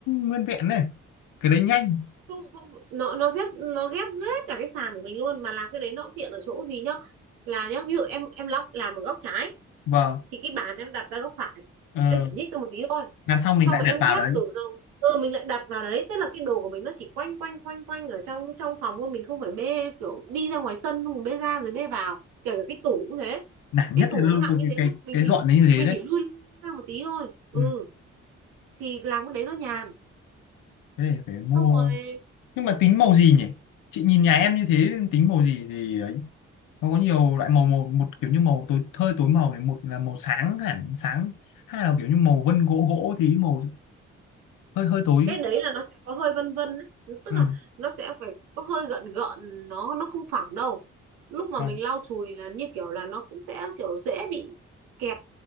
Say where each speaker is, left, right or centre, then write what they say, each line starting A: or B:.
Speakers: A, on the left (about 75°); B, on the right (about 85°).
A: nguyên vẹn này cái đấy nhanh
B: không không nó nó ghép nó ghép hết cả cái sàn của mình luôn mà làm cái đấy nó cũng tiện ở chỗ gì nhá là nhá ví dụ em em lóc làm ở góc trái
A: vâng
B: thì cái bàn em đặt ra góc phải
A: ờ,
B: em chỉ nhích ra một tí thôi
A: làm xong mình
B: xong
A: lại
B: rồi
A: đặt
B: em
A: vào
B: ghép
A: đấy
B: đổ dầu ừ, mình lại đặt vào đấy thế là cái đồ của mình nó chỉ quanh quanh quanh quanh ở trong trong phòng thôi mình không phải bê kiểu đi ra ngoài sân xong rồi bê ra rồi bê vào kể cả cái tủ cũng thế
A: nản
B: cái
A: nhất
B: tủ
A: là
B: nó nặng
A: cái
B: như
A: cái
B: thế
A: cái,
B: chứ mình
A: cái
B: chỉ
A: dọn đấy như thế
B: mình
A: đấy
B: chỉ lui lui ra một tí thôi ừ
A: ừ.
B: thì làm cái đấy nó nhàn
A: thế thì phải mua
B: xong rồi
A: nhưng mà tính màu gì nhỉ chị nhìn nhà em như thế tính màu gì thì ấy nó có nhiều loại màu một, một kiểu như màu tối hơi tối màu này một là màu sáng hẳn sáng hai là kiểu như màu vân gỗ gỗ thì màu hơi hơi tối
B: cái đấy là nó sẽ có hơi vân vân ấy. tức
A: ừ.
B: là nó sẽ phải có hơi gợn gợn nó nó không phẳng đâu lúc mà
A: Vâng.
B: mình lau chùi là như kiểu là nó cũng sẽ kiểu dễ bị kẹt